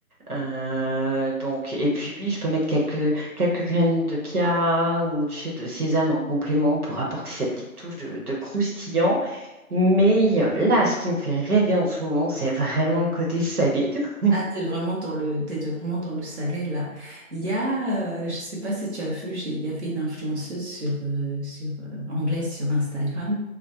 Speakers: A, on the right; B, on the right.
A: Euh, donc, et puis oui, je peux mettre quelques, quelques graines de chia ou tu sais, de sésame en complément pour apporter cette petite touche de, de croustillant. Mais euh, là, ce qui me fait rêver en ce moment, c'est vraiment le côté salé. <laughs>
B: Ah, t'es vraiment dans le, t'es vraiment dans le salé là. Il y a, euh, je sais pas si tu as vu, j'ai- il y avait une influenceuse sur, euh, sur euh, anglaise sur Instagram